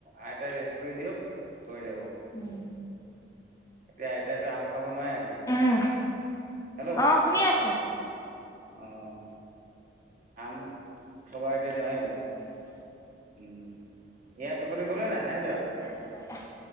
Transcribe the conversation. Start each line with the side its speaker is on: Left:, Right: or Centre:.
Right: আইত ৰেষ্ট লৈ দিয়ক, হৈ যাব।
Left: উম।
Right: এতিয়া আইতয়াতো আম খাব নোৱাৰে, আজি
Left: উম,
Right: হেল্ল'
Left: অ' শুনি আছো।
Right: অ'। আম খব এতিয়া নোৱাৰিব।
Left: উম।
Right: উম ইয়াত টোপনি গ'লে নাই, নাই যোৱা।
Left: <unintelligible>